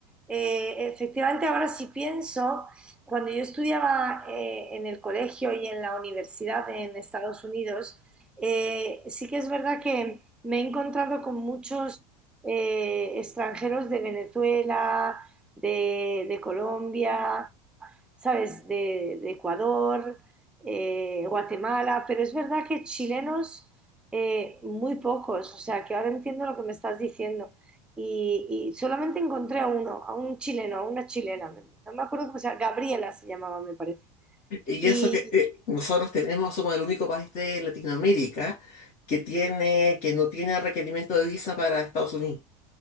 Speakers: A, in the centre; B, on the left (about 45°).
A: eh, efectivamente, ahora sí pienso, cuando yo estudiaba eh, en el colegio y en la universidad en Estados Unidos, eh, sí que es verdad que me he encontrado con muchos eh, extranjeros de Venezuela, de, de Colombia, ¿sabes? De, de Ecuador, eh, Guatemala, pero es verdad que chilenos eh, muy pocos, o sea que ahora entiendo lo que me estás diciendo. Y, y solamente encontré a uno, a un chileno, a una chilena, no me acuerdo cómo se llama, Gabriela se llamaba, me parece.
B: y
A: Y
B: eso que eh, nosotros tenemos, somos el único país de Latinoamérica que tiene, que no tiene requerimiento de visa para Estados Unidos,